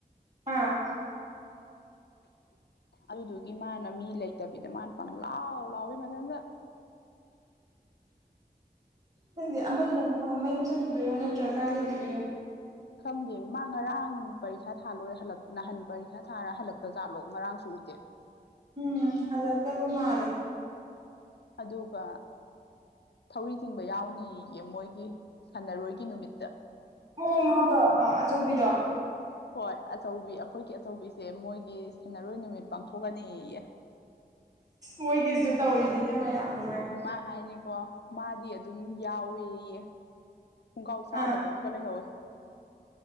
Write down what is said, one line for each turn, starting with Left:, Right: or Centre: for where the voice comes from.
Right: ꯑꯥ
Left: ꯑꯗꯨꯗꯨꯒꯤ ꯃꯥꯅ ꯃꯤ ꯂꯩꯇꯕꯤꯗ ꯃꯥꯅ ꯄꯪ ꯂꯥꯎ ꯂꯥꯎꯏ ꯃꯊꯟꯗ
Right: ꯈꯪꯗꯦ ꯑꯃꯗꯨꯅ ꯃꯌꯨꯝ ꯆꯠꯈꯤꯕꯩꯔꯣ ꯅꯠꯇ꯭ꯔꯒ ꯀꯥꯏ ꯂꯩꯒꯤꯕꯩꯅꯣ
Left: ꯈꯪꯗꯦ ꯃꯥ ꯉꯔꯥꯡ ꯄꯔꯤꯈꯥ ꯊꯥꯂꯣꯏ ꯍꯜꯂꯛ ꯅꯍꯥꯟ ꯄꯔꯤꯈꯥ ꯊꯥꯔ ꯍꯜꯂꯛꯇ ꯖꯥꯠꯂꯣ ꯉꯔꯥꯡꯁꯨ ꯎꯗꯦ
Right: ꯎꯝ ꯍꯜꯂꯛꯇꯕ ꯃꯥꯂꯦ
Left: ꯑꯗꯨꯒ ꯊꯧꯔꯤ ꯆꯤꯡꯕ ꯌꯥꯎꯅꯤꯌꯦ ꯃꯣꯏꯒꯤ ꯁꯥꯟꯅꯔꯣꯏꯒꯤ ꯅꯨꯃꯤꯠꯇ
Right: ꯑꯣ ꯃꯥꯗꯣ ꯑꯆꯧꯕꯤꯗꯣ
Left: ꯍꯣꯏ ꯑꯆꯧꯕꯤ ꯑꯩꯈꯣꯏꯒꯤ ꯑꯆꯧꯕꯤꯁꯦ ꯃꯣꯏꯒꯤ ꯁꯥꯟꯅꯔꯣꯏ ꯅꯨꯃꯤꯠ ꯄꯥꯡꯊꯣꯛꯀꯅꯤꯌꯦ
Right: ꯃꯣꯏꯒꯤꯁꯨ ꯇꯧꯔꯤꯅꯤꯅꯦ ꯃꯌꯥꯝꯒ
Left: ꯍꯣ ꯃꯥ ꯍꯥꯏꯅꯤꯀꯣ ꯃꯥꯗꯤ ꯑꯗꯨꯝ ꯌꯥꯎꯋꯦꯌꯦ ꯈꯣꯡꯒ꯭ꯔꯥꯎ ꯆꯥꯗꯕ
Right: ꯑꯥ
Left: ꯑꯃꯒ ꯂꯩꯍꯧꯋꯦ